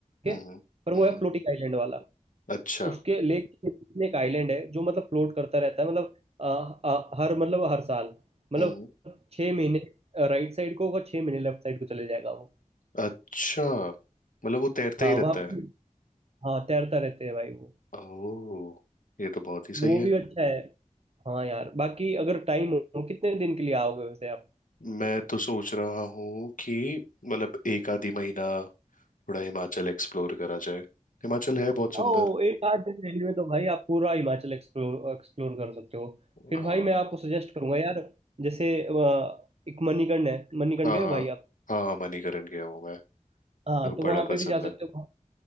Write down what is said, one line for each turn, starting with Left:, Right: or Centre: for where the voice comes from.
Left: हम्म
Right: है पर वो
Left: हम्म
Right: है फ्लोटिंग आइलैंड वाला
Left: अच्छा
Right: उसके लेक के बीच में एक आइलैंड है जो मतलब फ्लोट करता रहता है मतलब अ, अ, हर मतलब हर साल मतलब
Left: हम्म
Right: छः महीने राइट साइड को होगा छः महीने लेफ्ट साइड को चले जाएगा वो
Left: अच्छा मतलब वो तैरता
Right: हाँ
Left: ही रहता
Right: वहाँ
Left: है
Right: पे हाँ तैरता रहते हैं भाई वो
Left: ओह ये तो बहुत ही सही
Right: वो
Left: है
Right: भी अच्छा है हाँ यार बाकी अगर टाइम हो कितने दिन के लिए आओगे वैसे आप
Left: मैं तो सोच रहा हूँ कि मतलब एक आधी महीना थोड़ा हिमाचल एक्सप्लोर करा जाए हिमाचल है बहुत सुंदर
Right: ओ एक आध दिन रहने में Anyway, तो भाई आप पूरा हिमाचल एक्सप्लोर एक्सप्लोर कर सकते हो फिर
Left: हाँ
Right: भाई मैं आपको सजेस्ट करूंगा यार जैसे अ, एक मणिकर्ण है मणिकर्ण
Left: हाँ
Right: गए
Left: हाँ
Right: हो भाई आप
Left: हाँ हाँ, मणिकरण गया हूँ मैं मेरे
Right: हाँ
Left: को
Right: तो वहां
Left: बड़ा
Right: पे
Left: पसंद
Right: भी जा सकते
Left: है
Right: हो